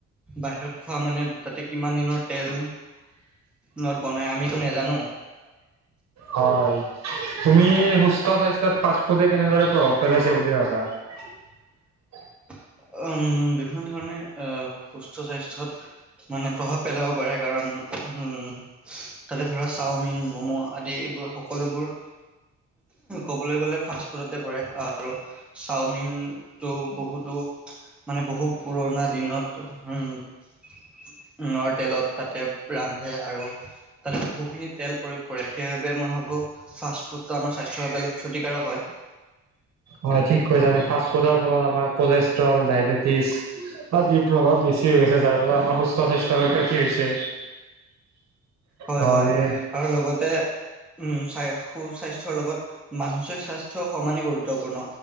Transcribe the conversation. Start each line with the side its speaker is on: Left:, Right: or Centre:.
Centre: বাহিৰত খোৱা মানে তাতে কিমান দিনৰ তেল ত বনাই আমিতো নাজানো
Right: হয় তুমি সুস্থ স্বাস্থ্যত ফাৰ্ষ্ট ফুডে কেনেদৰে প্ৰভাৱ পেলাইছে বুলি ভাবা
Centre: উ বিভিন্ন ধৰণে সুস্থ স্বাস্থ্যত মানে প্ৰভাৱ পেলাব পাৰে কাৰণ উম তাতে ধৰা চাওমিন ম'ম' আদি এইবোৰ সকলোবোৰ ক'বলৈ গ'লে ফাষ্ট ফুডতে পৰে আৰু চাওমিন তো বহুতো মানে বহু পুৰণা দিনত উ উন তেলত তাতে ৰান্ধে আৰু তাতে বহুখিনি তেল প্ৰয়োগ কৰে সেইবাবে মই ভাবোঁ ফাষ্টফুডটো আমাৰ স্বাস্থ্যৰ বাবে অলপ ক্ষতিকাৰক হয়
Right: হয় ঠিক কৈছা ফাষ্ট ফুডৰ ফলত আমাৰ কলেষ্ট্ৰল ডায়বেটিছ আদিৰ প্ৰভাৱ বেছি হৈ গছে যাৰ ফলত আমাৰ সুস্থ স্বাস্থ্যৰ ক্ষতি হৈছে
Centre: হয়
Right: অ
Centre: হয়
Right: আমি
Centre: আৰু লগতে উম চাই সুস্বাস্থ্যৰ লগত মানসিক স্বাস্থ্য সমানে গুৰুত্বপূৰ্ণ